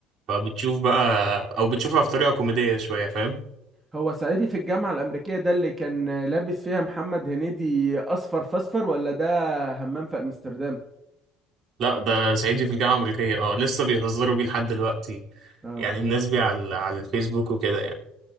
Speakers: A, on the right; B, on the right.
A: فبتشوف بقى او بتشوفها في طريقه كوميديه شويه فاهم
B: هو صعيدي في الجامعة الأمريكية ده اللي كان آه، لابس فيها محمد هنيدي أصفر فاصفر ولا ده همام في أمستردام؟
A: لا ده صعيدي في الجامعه الامريكيه اه لسه بيهزروا بيه لحد دلوقتي
B: اه
A: يعني
B: بأمانة
A: الناس بيه على على الفيسبوك وكده يعني